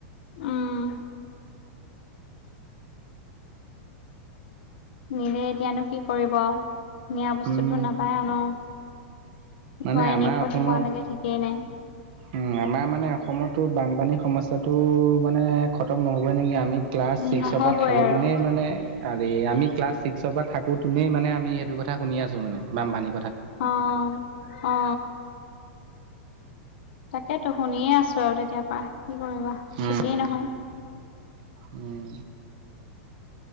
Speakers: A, on the left (about 55°); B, on the right (about 45°).
A: উম নিলে এতিয়ানো কি কৰিব নিয়া বস্তুটো
B: উম
A: নাপায় ন
B: মানে
A: উটুৱাই
B: আমাৰ
A: নি ক'ত
B: অসমত
A: পোৱালেগে ঠিকেই নাই
B: উম আমাৰ মানে অসমতো বানপানী সমস্যাটো মানে খতম নহ'বই নেকি আমি ক্লাছ ছিক্সৰ
A: নহবই
B: পৰা থাকোঁতেই
A: আৰু
B: মানে আৰে আমি ক্লাছ ছিক্সৰ পৰা থাকো তোনে মানে আমি সেইটো কথা শুনি আছো মানে বানপানী
A: অ অ তাকেতো শুনিয়ে আছো আৰু তেতিয়াৰ পা কি কৰিবা
B: উম,
A: ঠিকেই নহয়
B: উম